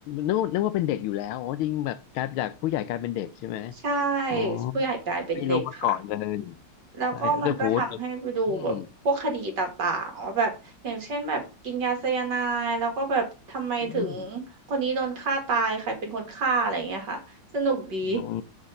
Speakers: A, on the left; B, on the right.
A: นึกว่านึกว่าเป็นเด็กอยู่แล้วอ๋อจริงแบบกลายจากผู้ใหญ่กลายเป็นเด็กใช่ไหม
B: ใช่
A: อ๋อ
B: ผู้ใหญ่กลายเป็นเด็กค่ะ
A: ไม่รู้มาก่อนเลย
B: แล้วก็มันก็ทำให้ไปดูแบบพวกคดีต่างๆว่าแบบอย่างเช่นแบบกินยาไซยาไนด์แล้วก็แบบทำไมถึง
A: ใช่แต่พูดอืมอืม
B: คนนี้โดนฆ่าตายใครเป็นคนฆ่าอะไรอย่างเงี้ยค่ะสนุกดี
A: อืม